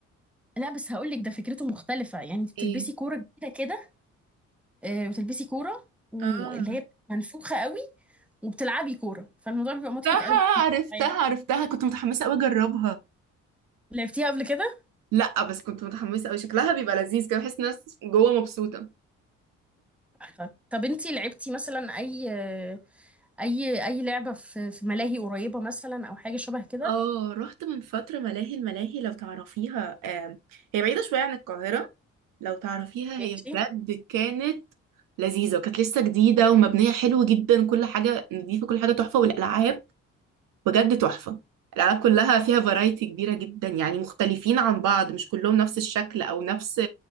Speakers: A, in the centre; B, on the right (about 55°).
A: لا بس هقول لك ده فكرته مختلفة يعني انت بتلبسي
B: ايه
A: كورة جديدة كده آه وتلبسي كورة واللي
B: اه
A: هي منفوخة قوي وبتلعبي كورة فالموضوع بيبقى مضحك
B: عرفتها
A: قوي
B: عرفتها
A: طيب،
B: عرفتها كنت متحمسه قوي اجربها
A: لعبتيها قبل كده؟
B: لا بس كنت متحمسه قوي شكلها بيبقى لذيذ كده بحس الناس جوه مبسوطه
A: تحفة. طب انتي لعبتي مثلا أي آه، أي أي لعبة في في ملاهي قريبة مثلا أو حاجة شبه كده؟
B: اه رحت من فترة ملاهي الملاهي لو تعرفيها آم، هي بعيدة شوية عن القاهرة لو تعرفيها هي
A: ماشي
B: بجد كانت لذيذة وكانت لسه جديدة ومبنية حلو جدا كل حاجة نضيفة كل حاجة تحفة والألعاب بجد تحفة الألعاب كلها فيها فرايتي كبيرة جدا يعني مختلفين عن بعض مش كلهم نفس الشكل أو نفس